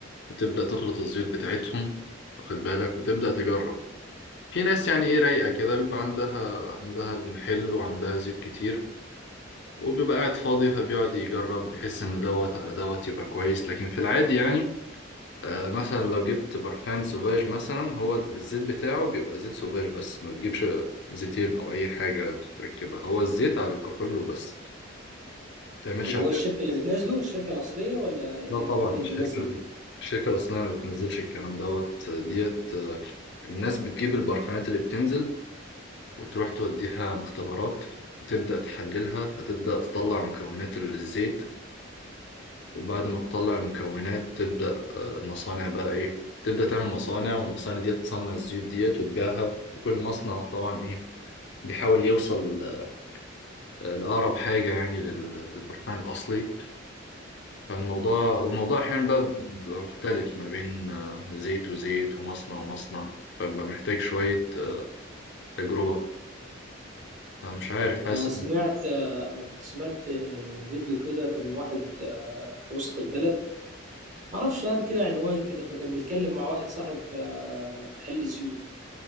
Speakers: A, on the left (about 60°); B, on the right (about 40°).
A: وتبدأ تخلط الزيوت بتاعتهم واخد بالك وتبدأ تجرب في ناس يعني إيه رايقة كده بيبقى عندها عندها المحل وعندها زيوت كتير وبيبقى قاعد فاضي فبيقعد يجرب بيحس إن دوت على دوت يبقى كويس لكن في العادي يعني آه، مثلا لو جبت برفان سوفاج مثلا هو الزيت بتاعه بيبقى زيت سوفاج بس ما بتجيبش زيتين او اي حاجه تركبها هو الزيت على الكحول وبس ما بتعملش
B: طب هو
A: حاجه
B: الشركة اللي بتنزله الشركة الأصلية ولا
A: لا
B: إيه-
A: طبعا
B: مين اللي
A: الشركه
B: بينزل
A: الشركه الاصليه ما بتنزلش الكلام دوت ديت آه، الناس بتجيب البرفانات اللي بتنزل وتروح توديها مختبرات وتبدا تحللها فتبدا تطلع مكونات الزيت وبعد ما تطلع المكونات تبدأ آه، المصانع بقى إيه تبدأ تعمل مصانع والمصانع دي تصنع الزيوت ديت وتبيعها وكل مصنع طبعا إيه بيحاول يوصل آه، لأقرب حاجة يعني لل- للبركان الأصلي فالموضوع والموضوع أحيانا بقى بيبقى مختلف ما بين آه، زيت وزيت ومصنع ومصنع فبيبقى محتاج شوية آه، تجربة فمش عارف حاسس
B: أنا سمعت أنا كنت سمعت فيديو كده كان واحد آه، في وسط البلد معرفش قال كده عنوان كده فكان بيتكلم مع واحد صاحب آه، محل زيوت